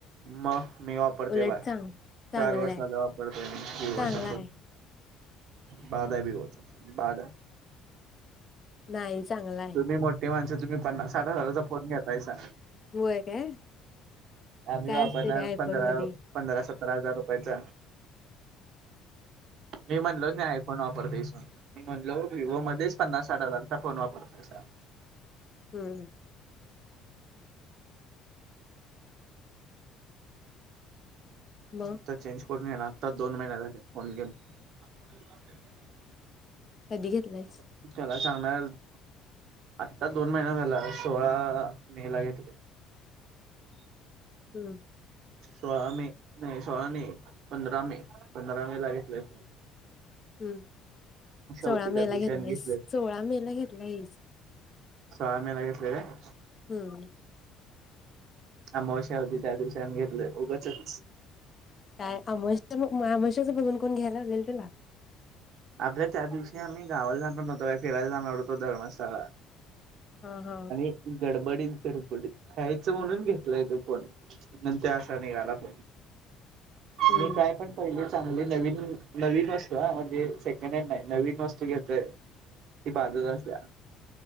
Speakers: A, on the right; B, on the left.
A: मग मी वापरतोय
B: उलट
A: बरं.
B: चांग चांगला
A: चार वर्ष
B: आहे
A: झालं वापरतोय मी विवो
B: चांगला
A: चा फोन.
B: आहे
A: बाद हाय विवो चा फोन बाद.
B: नाही चांगला आहे.
A: तुम्ही मोठी माणसं, तुम्ही पन्नास साठ हजारचा फोन घेतायसा.
B: वय काय?
A: आम्ही
B: काय
A: वापरणार
B: असते त्या आयफोन
A: पंधरा.
B: मध्ये
A: पंधरा सतरा हजार रुपयाचा मी म्हणलोच नाही. फोन वापरतेस मी म्हणलो वि्हवो मध्येच पन्नास साठ हजारचा फोन वापरते सा
B: हम्. मग
A: आता चेंज करून ये ना आता दोन महिने झाले फोन घेऊन. <inaudible>
B: कधी घेतलास?
A: <unintelligible> आत्ता दोन महिना झाला, सोळा मे ला घेतलय.
B: हम्म.
A: सोळा मे नाही सोळा मे पंधरा मे पंधरा मे लागितलंय.
B: हुम सो्आ
A: होती त्या
B: मेला
A: दिवशीने
B: घेतला एस
A: घेतले
B: सो्आ मेला घेतला ऐस.
A: सो्आ मेला घेतलंय काय.
B: हुम.
A: अमावश्या होती त्या दिवशी आम्ही घेतलं उगाचच.
B: नाय अमोशा बघ अमोशाच बघून कोण घ्यायला लागले तुला
A: अगं त्या दिवशी आम्ही गावाला जाणार नव्हतो काय फिरायला जाणार होतो धर्मशाळा.
B: हा हा
A: आणि गडबडीत गडबडीत खेळायचं म्हणून घेतलाय तो फोन न ते असा निघाला फोन
B: हम्म
A: जे काय पण पहिली चांगली नवीन नवीन वस्तू ह म्हणजे सेकंड हॅन्ड नाय नवीन वस्तू घेतोय ती बादच असत्या